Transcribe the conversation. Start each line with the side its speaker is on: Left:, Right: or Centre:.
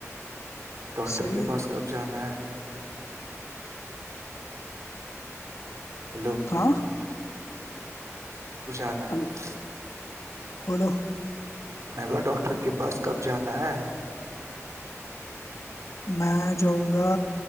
Right: ڈاکٹر
Left: صحیح
Right: کے
Left: ہے
Right: پاس کب جانا ہے ہیلو
Left: ہاں
Right: کشانہ
Left: ہلو
Right: <unintelligible>
Left: بولو
Right: محلا ڈاکٹر کے پاس کب جانا ہے
Left: میں جاؤں گا